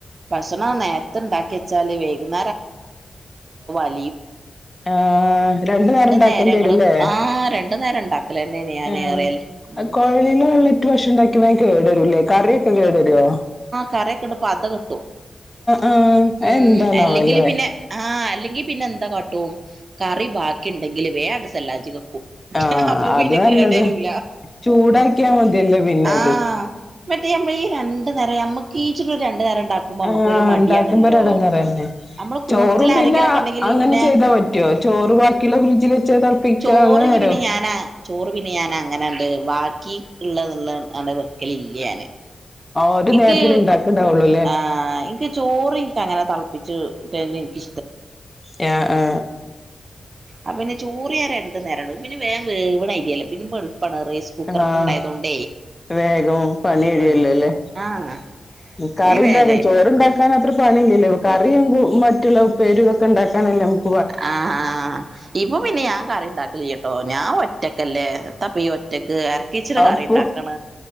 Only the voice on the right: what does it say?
ഭക്ഷണം നേരത്തെ ഉണ്ടാക്കി വെച്ചാല് വൈകുന്നേം <unintelligible>
നേരം ഞങ്ങള്
ആ രണ്ടു നേരം ഉണ്ടാക്കലന്നെയാണ് ഞാൻ
ഏറിയാൽ ഉം
കറയക്കെ ഇവിടെ പത കെട്ടും
ഉം
അല്ലെങ്കില്
പിന്നെ ആഹ് അല്ലെങ്കിൽ പിന്നെ എന്താ കാട്ടും കറി ബാക്കി ഉണ്ടെങ്കില് വേറ സല്ലാജലും
അപ്പൊ
പിന്നെ
കേട് വരൂല
ആഹ്
നമ്മള് ഈ രണ്ട് നേരം നമുക്ക് ച്ച ഒരു രണ്ട് നേരം ഉണ്ടാക്കുമ്പോ നമുക്ക്
ഒരു മടിയാണല്ലോ
നമ്മള് കൂടുതൽ
ആരെങ്കിലൊക്കെ
ഉണ്ടെങ്കില്
പിന്നെ
ചോറിന്
പിന്നെ ഞാനാ ചോറ് പിന്നെ ഞാനാ അങ്ങനെ ഉണ്ട് ബാക്കി ഉള്ളതള്ള അടെ വെക്കലില്ല ഞാന്
എനിക്ക്
ആ എനിക്ക് ചോറിിക്ക അങ്ങനെ ളപ്പിച്ചുട്ടനിക്ക്
ആ പിന്നെ ചോറിയറെ രണ്ട നേര പിന്നെ വേ വേവണ ഐരിയല്ലേ പിന്നെ എളുപ്പാണ് റൈസ് കുക്കറൊക്കെ
ഉണ്ടായതുകൊണ്ടേ
ഉം ആഹ്
ഇനി
വേഗം കഴിയും
ആഹ് ആ ആ് ഇപ്പൊ പിന്നെ ഞാൻ കറി ഉണ്ടാക്കല കേട്ടോ ഞാൻ ഒറ്റക്കല്ലേ തപ്പ ഒറ്റക്ക് ആരക്ക ഇച്ചിരി
കറി ഉണ്ടാക്കണ